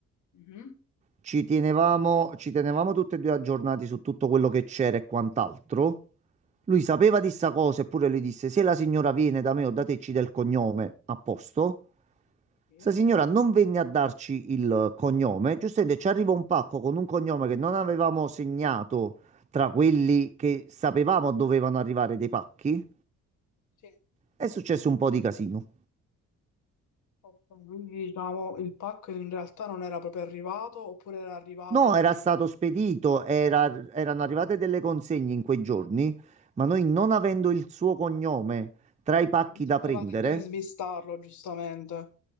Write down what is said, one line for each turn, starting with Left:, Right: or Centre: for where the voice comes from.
Left: Mhm,
Right: Ci tenevamo, ci tenevamo tutti e due aggiornati su tutto quello che c'era e quant'altro. Lui sapeva di sta cosa, eppure lui disse: Se la signora viene da me o da te, ci dà il cognome a posto.
Left: Sì.
Right: Sta signora non venne a darci il cognome. Giustamente ci arriva un pacco con un cognome che non avevamo segnato tra quelli che sapevamo dovevano arrivare dei pacchi.
Left: Sì.
Right: È successo un po' di casino.
Left: Ok, Quindi diciamo il pacco in realtà non era proprio arrivato, oppure era arrivato,
Right: No, era stato spedito, era- erano arrivate delle consegne in quei giorni, ma noi non avendo il suo cognome tra i pacchi
Left: ah, non sapevate
Right: da prendere,
Left: chi smistarlo, giustamente.